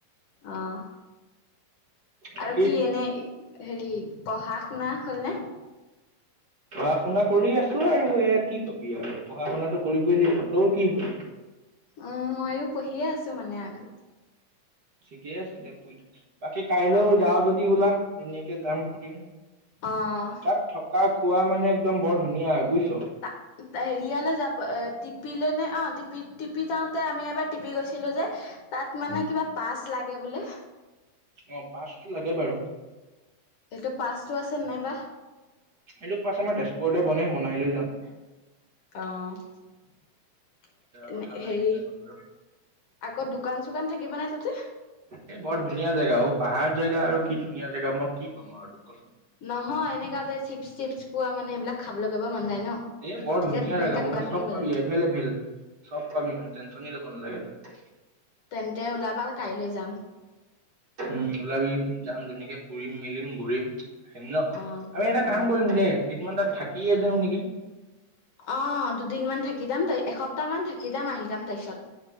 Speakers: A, on the left; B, on the right.
A: অ',
B: বাকী
A: আৰু কি এনে হেৰি পঢ়া শুনা হলনে
B: পঢ়া শুনা কৰি আছো আৰু এয়া কি কবি আৰু পঢ়া শুনাটো কৰিবই লাগিব তোৰ কি হ'ল
A: উম ময়ো পঢ়িয়ে আছো মানে আৰু
B: <unintelligible> আছে দে পুই থাক বাকি কাইলৈও
A: অ',
B: যাওঁ যদি ওলা। ধুনীয়াকে যাম ফুৰিম
A: অ',
B: তাত থকা খোৱা মানে একদম বৰ ধুনীয়া আৰু <inaudible>
A: <unintelligible> হেৰিয়ালে যাব, এ টিপিলে নে, অ', টিপি-টিপি যাওঁ আমি এবাৰ টিপি গৈছিলো যে, তাত মানে কিবা পাছ লাগে বোলে।
B: অ পাছটো লাগে বাৰু
A: এইটো পাচটো আছে নাই বা
B: সেইটো পাছ আমাৰ তেজপুৰতে বনায়, বনাই লৈ যাম।
A: অ <inaudible> এ
B: কথা নাই
A: হেৰি
B: এইবিলাকত বাৰু
A: <inaudible> আকৌ দোকান চোকান থাকে কি বনাই তাতে
B: এ বৰ ধুনীয়া জেগা অ' পাহাৰ জেগা আৰু কি ধুনীয়া জেগা মই কি ক'ম আৰু তোক কচোন
A: নহয় এনেককা যে চিপছ চিপছ পোৱা মানে সেইবাক খাবলৈ কৰিব মন যায় ন।
B: এ বৰ
A: তেতিয়া
B: ধুনীয়া
A: তেনেকা
B: জোগা মই
A: দোকান
B: চব
A: থাকিব
B: পাবি
A: জানো
B: এভেইলে এভেল চব পাবি মানে টেনচন ল'ব নালাগে তই <inaudible>
A: তেন্তে ওলাবা কাইলৈ যাম
B: উম ওলাবি যাম ধুনীয়াকে ফুৰিম মেলিম ঘূৰিম আহিম ন'
A: অ
B: আমি এটা
A: অ
B: কাম কৰিম দে কেইদিনমান তাত থাকিয়ে যাওঁ নেকি?
A: অ দুদিনমান থাকি থাকি যাম এসপ্তামান থাকি যাম আহি যাম তাৰপিছত